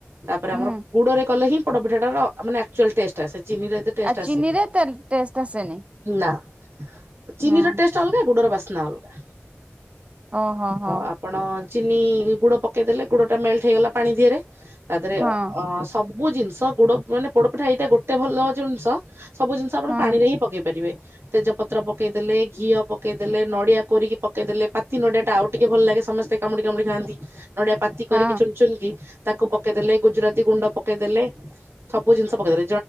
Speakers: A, on the right (about 65°); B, on the right (about 30°).
A: ତାପରେ
B: ହୁଁ
A: ଆମର ଗୁଡରେ କଲେ ହିଁ ପୋଡପିଠାଟାର ଆ ମାନେ ଆକ୍ଚୁଆଲ୍ ଟେଷ୍ଟ ଆସେ ଚିନିରେ ଏତେ ଟେଷ୍ଟ
B: ଆଉ
A: ଆସେନି
B: ଚିନିରେ
A: ହେ
B: ତେ ଟେଷ୍ଟ ଆସେନି
A: ନା ତ ଚିନିର
B: ହଁ
A: ଟେଷ୍ଟ ଅଲଗା। ଗୁଡର ବାସ୍ନା ଅଲଗା
B: ଓହୋ ହୋ
A: ଆ ପଣ ଚିନି ଗୁଡ ପକେଇ ଦେଲେ ଗୁଡଟା ମେଲ୍ଟ ହେଇଗଲା ପାଣି ଧିଏରେ ତା ଧିଏରେ ଅ
B: ହଁ
A: ଅ ସବୁ ସବୁ ଜିନିଷ ଗୁଡ ମାନେ ପୋଡପିଠା ଏଇଟା ଗୋଟେ ଭଲ ଜିନିଷ ସବୁ ଜିନିଷ ଆପଣ
B: ହଁ
A: ପାଣିରେ ହିଁ ପକେଇ ପାରିବେ। ତେଜପତ୍ର ପକେଇଦେଲେ ଘିଅ ପକେଇ ଦେଲେ ନଡିଆ କୋରିକି ପକେଇ ଦେଲେ ପାତି ନଡିଆ ଟା ଆଉ ଟିକେ ଭଲ ଲାଗେ ସମସ୍ତେ କାମୁଡି କାମୁଡି ଖାନ୍ତି। ନଡିଆ ପାତି
B: ହଁ
A: କରିକି ଚୁନ ଚୁନ କି ତାକୁ ପକେଦେଲେ ଗୁଜୁରାତି ଗୁଣ୍ଡ ପକେଦେଲେ। ସବୁ ଜିନିଷ ପକେଦେବେ।